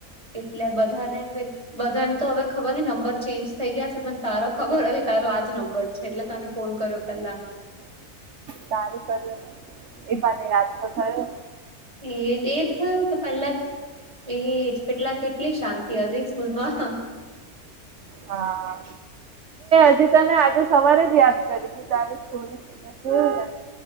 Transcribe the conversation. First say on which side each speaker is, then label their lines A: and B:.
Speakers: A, on the right; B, on the right.
A: એટલે બધાને બધાને તો હવે ખબર ન નંબર ચેન્જ થઈ ગયા છે પણ તારો ખબર હતી તારો આજ નંબર એટલે તને ફોન કર્યો પેલા
B: સારું કર્યું ને એ મને યાદ તો થયો
A: એ એજ થયું કે પલા એજ પેટલા કેટલી શાંતિ હતી સ્કૂલમાં
B: હા હજી તને આજે સવારે જ યાદ કરી હતી તાર સ્ શું